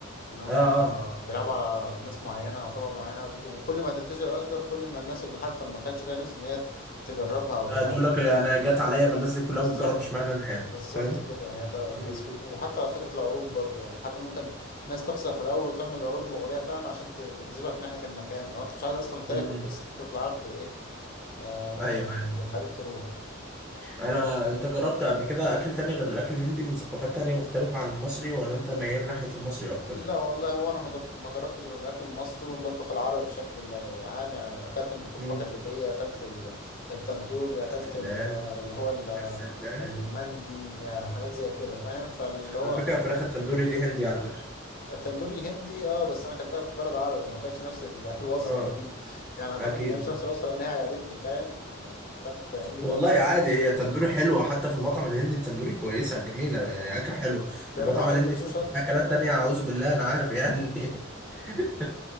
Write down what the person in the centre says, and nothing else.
اه آه.
تقول لك انا جت عليا ما الناس دي كلها
بتجرب اشمعنى انا يعني
فاهم
مم.
امم
ايوه أيوة.
انا انت جربت قبل كده اكل تاني غير الاكل الهندي من ثقافات تانية مختلفة عن المصري ولا انت ميال ناحية المصري اكتر
امم
يا سلام
يا سلام
على فكرة
الفراخ التندوري دي هندي على فكرة
اه
اكيد
والله
عادي هي تندوري حلوة حتى في المطعم الهندي التندوري كويسة جميلة يعني أكل حلو
المطعم
الهندي
فيه فيه
أكلات تانية أعوذ بالله أنا عارف يعني <laughs>